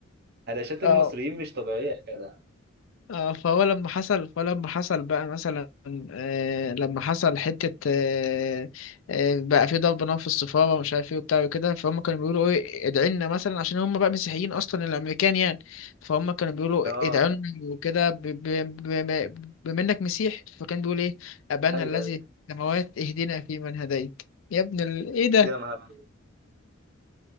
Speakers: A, on the right; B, on the left.
A: علاشات المصريين
B: اه
A: مش طبيعية يا جدع
B: آه، فهو لما حصل فلما حصل بقى مثلا آه، لما حصل حتة آه، آه، بقى في ضرب نار في السفارة ومش عارف ايه وبتاع وكده فهم كانوا بيقولوا ايه ادعي لنا مثلا عشان هم بقى مسيحيين اصلا الامريكان يعني فهم كانوا بيقولوا
A: اه
B: ادعوا لنا وكده ب- ب- بما بما انك مسيح فكان بيقول ايه ابانا
A: ايوه
B: الذي
A: ايوه
B: في السماوات اهدنا فيمن هديت يا ابن ال... ايه ده
A: يا نهار